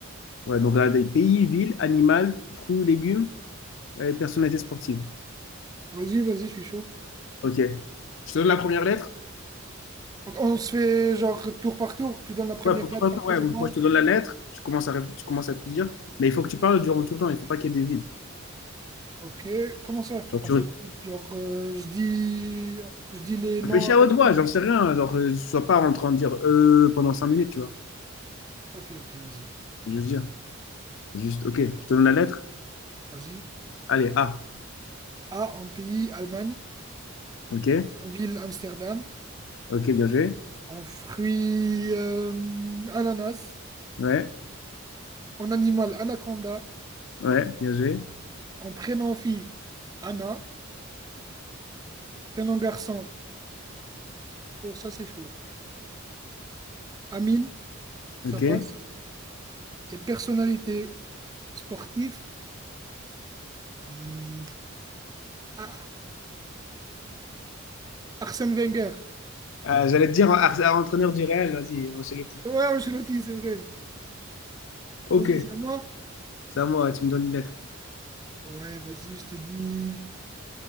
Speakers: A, on the left; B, on the right.
A: Ouais, donc là des pays, villes, animal, fruits ou légumes, euh, personnalité sportive.
B: Vas-y, vas-y, je suis chaud.
A: Ok. Je te donne la première lettre?
B: Donc, on se fait genre tour par tour. Tu donnes la première
A: Ouais, pour toi,
B: lettre, après
A: ouais,
B: c'est
A: Donc,
B: moi.
A: moi je te donne la lettre, tu commences à, réf- tu commences à te dire, mais il faut que tu parles durant tout le temps, il ne faut pas qu'il y ait des vides.
B: Ok, comment ça, il faut
A: Genre,
B: pas
A: tu
B: qu'il y ait de vide Genre, euh, je dis, je dis les
A: réfléchis
B: noms à
A: à
B: la
A: haute
B: chaîne.
A: voix, j'en sais rien, genre, euh, sois pas en train de dire euh pendant cinq minutes, tu vois.
B: Ok, ok, vas-y.
A: Je veux dire, juste, ok, je te donne la lettre,
B: Vas-y.
A: allez, A.
B: A, en pays, Allemagne.
A: Ok,
B: En ville, Amsterdam.
A: ok, bien joué.
B: En fruit, euh, ananas.
A: Ouais,
B: En animal, anaconda.
A: ouais, bien joué.
B: En prénom, fille, Anna. Prénom, garçon. Oh, ça, c'est chaud. Amine, ça
A: Ok.
B: passe. Et personnalité, sportif. hmm, ah, Arsène Wenger.
A: Euh, j'allais te dire à, à entraîneur du Real, vas-y, on s'est jeté.
B: Ouais, Ancelotti, c'est vrai.
A: Ok,
B: Vas-y, c'est à moi.
A: c'est à moi, tu me donnes une lettre.
B: Ouais, vas-y, je te dis